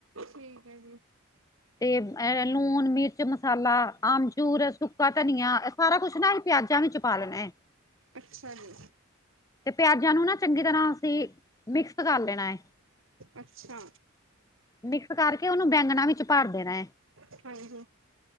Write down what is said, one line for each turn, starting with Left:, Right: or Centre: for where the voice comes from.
Right: ਠੀਕ ਹੈ ਜੀ
Left: ਤੇ ਅ ਲੂਣ, ਮਿਰ ਚ ਮਸਾਲਾ, ਆਮਚੂਰ, ਸੁੱਕਾ-ਧਨੀਆ ਐ ਸਾਰਾ ਕੁਛ ਨਾ ਏਹੀ ਪਿਆਜਾਂ ਵਿੱਚ ਪਾ ਲੈਣੈ।
Right: ਅੱਛਾ ਜੀ।
Left: ਤੇ ਪਿਆਜਾਂ ਨੂੰ ਨਾ ਚੰਗੀ ਤਰ੍ਹਾਂ ਅਸੀਂ ਮਿਕਸ ਕਰ ਲੈਣਾ।
Right: ਅੱਛਾ
Left: ਮਿਕਸ ਕਰਕੇ ਓਨੂੰ ਬੈਂਗਣਾ ਵਿੱਚ ਭਰ ਦੇਣੈ।
Right: <inaudible>